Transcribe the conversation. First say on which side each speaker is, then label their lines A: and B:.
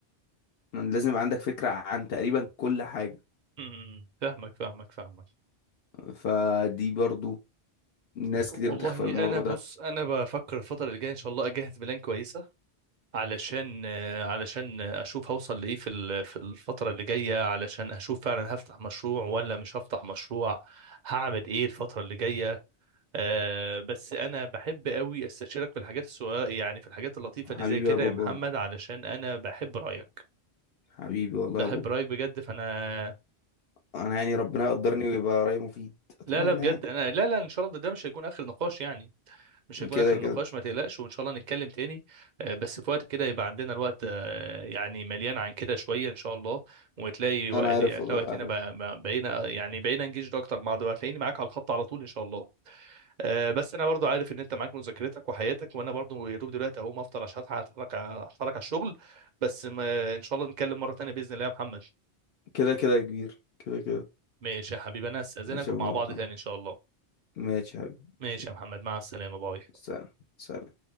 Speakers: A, on the left; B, on the right.
A: لازم يبقى عندك فكرة عن تقريبا كل حاجة
B: امم فاهمك فاهمك فاهمك
A: فدي برضو ناس
B: والله
A: كتير بتغفل الموضوع
B: انا بص
A: ده
B: انا بفكر الفتره اللي جايه ان شاء الله اجهز بلان كويسه علشان آه، علشان اشوف هوصل لايه في ال- في الفتره اللي جايه علشان اشوف فعلا هفتح مشروع ولا مش هفتح مشروع هعمل ايه الفتره اللي جايه أه بس انا بحب قوي استشيرك في الحاجات الصغيره يعني في الحاجات اللطيفه
A: حبيبي
B: اللي زي كده
A: يا بابا
B: يا محمد علشان انا بحب رايك
A: حبيبي والله
B: بحب
A: يا بابا
B: رايك بجد فانا
A: انا يعني ربنا يقدرني ويبقى رأيي مفيد اتمنى
B: لا لا بجد
A: يعني
B: انا لا لا ان شاء الله ده مش هيكون اخر نقاش يعني مش هيكون
A: كده
B: اخر
A: كده
B: نقاش ما تقلقش وان شاء الله نتكلم تاني آه، بس في وقت كده يبقى عندنا الوقت آه، يعني مليان عن كده شويه ان شاء الله وتلاقي وقت
A: انا عارف
B: يعني
A: والله
B: تلاقي وقتنا
A: عارف
B: ب- ب- بقينا يعني بقينا نجيش اكتر مع بعض وهتلاقيني معاك على الخط على طول ان شاء الله آه، بس انا برضو عارف ان انت معاك مذاكرتك وحياتك وانا برضو يا دوب دلوقتي اهو ما افطر عشان هتحرك هتحرك على الشغل بس ما ان شاء الله نتكلم مره تانيه باذن الله يا محمد
A: كده كده يا كبير كده كده
B: ماشي يا حبيبي انا استاذنك
A: ماشي يا
B: ومع
A: بابا
B: بعض تاني ان شاء الله
A: ماشي يا حبيبي
B: ماشي
A: ماشي.
B: يا محمد مع السلامة باي
A: سلام سلام